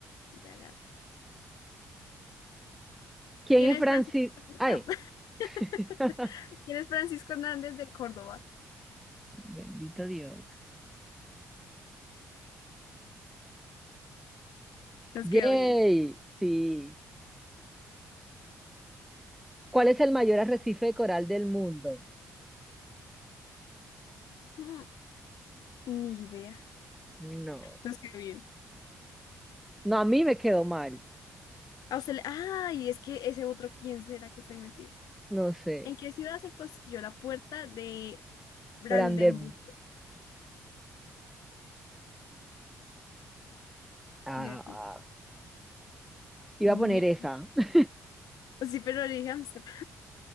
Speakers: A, on the left; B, in the centre.
A: Dale, a ver.
B: ¿Quién
A: ¿Quién
B: es
A: es
B: Francis?
A: Francisco?
B: Ay.
A: Ah. <laughs>
B: <laughs>
A: ¿Quién es Francisco Hernández de Córdoba?
B: Bendito Dios.
A: Nos
B: Yay,
A: quedó bien.
B: sí. ¿Cuál es el mayor arrecife de coral del mundo?
A: Mm, Ni idea.
B: No,
A: Nos quedó bien.
B: no, a mí me quedó mal.
A: Ah, usted le- Ay, es que ese otro, ¿quién será que está ahí metido?
B: No sé.
A: ¿En qué ciudad se construyó la puerta de Brandenburgo?
B: Brander. ah,
A: Berlín.
B: ah, iba
A: Ni...
B: a poner esa. <laughs>
A: Sí, pero le dije Ámsterdam.